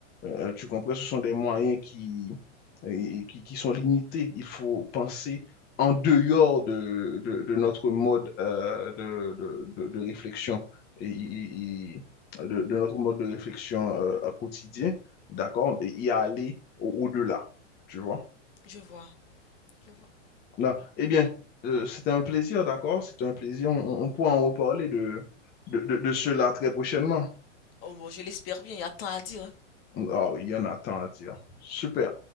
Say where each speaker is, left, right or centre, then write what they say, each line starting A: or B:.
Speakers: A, on the left (about 25°); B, on the left (about 50°).
A: Euh, tu comprends? Ce sont des moyens qui, euh, qui, qui sont limités. Il faut penser en dehors de, de, de notre mode euh, de, de, de, de réflexion et, et- et- de, de notre mode de réflexion euh, quotidien, d'accord? Et y aller au- au-delà, tu vois?
B: Je vois, je vois.
A: Non. Eh bien, euh, c'était un plaisir, d'accord? C'était un plaisir. On, on pourra en reparler de, de, de, de cela très prochainement.
B: Oh, bon, je l'espère bien, il y a tant à dire. hein.
A: Ah oui, il y en a tant à dire. Super.